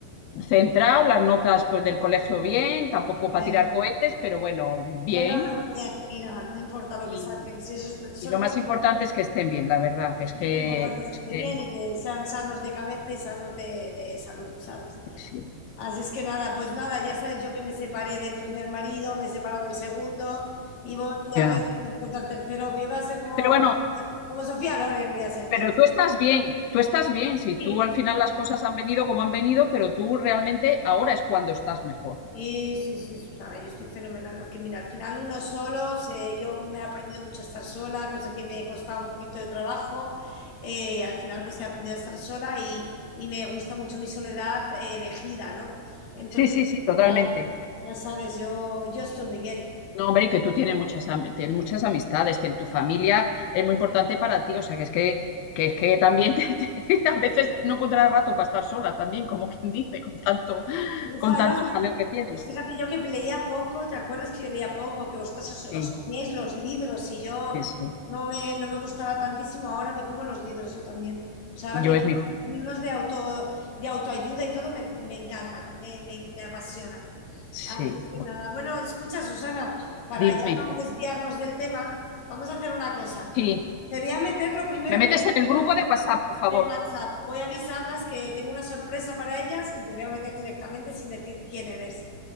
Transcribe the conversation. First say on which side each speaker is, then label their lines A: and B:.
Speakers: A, on the left; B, on the left.
A: centrados, las notas pues del colegio bien, tampoco para
B: Bien.
A: tirar cohetes, pero bueno, bien
B: Bueno, pero bien, mira, no importa lo
A: y,
B: que saquen, si esos son
A: y lo
B: notas
A: más importante
B: de
A: es que estén bien, la verdad, que es
B: Lo
A: que,
B: más importante
A: es
B: es que esté
A: que
B: bien y que sean sanos de cabeza y sanos de, de salud, ¿sabes?
A: sí.
B: Así es que nada, pues nada, ya sabes yo que me separé del primer marido, me he separado del segundo y voy
A: Ya.
B: a ver si encuentro al tercero. Yo voy a ser como,
A: Pero bueno,
B: como Sofía Loren, voy a ser
A: pero
B: yo.
A: tú estás bien, tú estás bien,
B: Sí,
A: si tú al final las cosas han venido como han venido, pero tú realmente ahora es cuando estás mejor.
B: Sí, sí, sí, Susana, yo estoy fenomenal porque mira, al final uno solo, se- yo me he aprendido mucho a estar sola, cosa que me costaba un poquito de trabajo, eh, y al final pues he aprendido a estar sola y, y me gusta mucho mi soledad eh, elegida, ¿no? Entonces,
A: Sí, sí, sí, totalmente.
B: ya, ya sabes, yo, yo estoy muy bien.
A: No, hombre, y que tú tienes muchas, am- tienes muchas amistades, que tu familia es muy importante para ti, o sea, que es que, que, es que también te- te- <laughs> a veces no encontrarás rato para estar sola también, como quien dice, con tanto,
B: Eso,
A: con
B: además,
A: tanto jaleo que tienes.
B: pues fíjate yo que leía poco, ¿te acuerdas que yo leía poco? Que vosotros os, os
A: Sí,
B: comíais los libros y yo
A: sí, sí.
B: no me, no me gustaba tantísimo, ahora me como los libros yo también. O sea, ahora
A: Yo
B: me encantan
A: es mi
B: los libros de auto, de autoayuda y todo, me, me encantan, me, me, me apasionan.
A: Sí.
B: Antes que
A: bueno,
B: nada. Bueno, escucha, Susana, para
A: Dime.
B: ya no desviarnos del tema, vamos a hacer una cosa.
A: Sí.
B: Te voy a meter lo primero
A: Me metes
B: en el grupo
A: en el grupo de WhatsApp, por favor.
B: de WhatsApp. Voy a avisarlas que tengo una sorpresa para ellas y te voy a meter directamente sin decir quién eres.